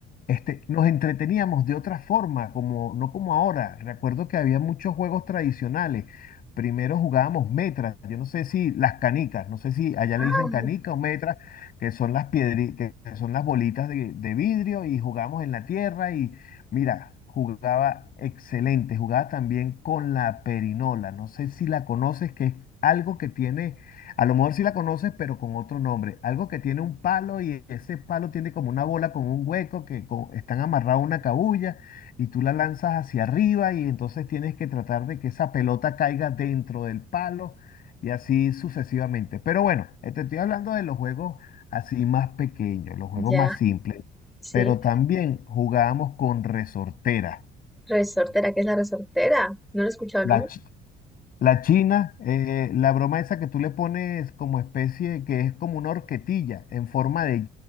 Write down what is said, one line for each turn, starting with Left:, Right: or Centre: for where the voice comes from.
Left: este, nos entreteníamos de otra forma, como, no como ahora. Recuerdo que había muchos juegos tradicionales. Primero jugábamos metras, yo no sé si las canicas, no sé si allá
Centre: Ah,
Left: le dicen canica o metras, que son las piedri- que son las bolitas de, de vidrio y jugábamos en la tierra y mira, jugaba excelente, jugaba también con la perinola, no sé si la conoces, que es algo que tiene a lo mejor sí la conoces, pero con otro nombre. Algo que tiene un palo y ese palo tiene como una bola con un hueco que co- están amarrados a una cabulla y tú la lanzas hacia arriba y entonces tienes que tratar de que esa pelota caiga dentro del palo y así sucesivamente. Pero bueno, eh, te estoy hablando de los juegos así más pequeños, los juegos
Centre: ya,
Left: más simples.
Centre: sí.
Left: Pero también jugábamos con resortera.
Centre: Resortera, ¿qué es la resortera? No lo he escuchado
Left: La,
Centre: nunca.
Left: chi- La china, eh, la broma esa que tú le pones como especie, que es como una horquetilla en forma de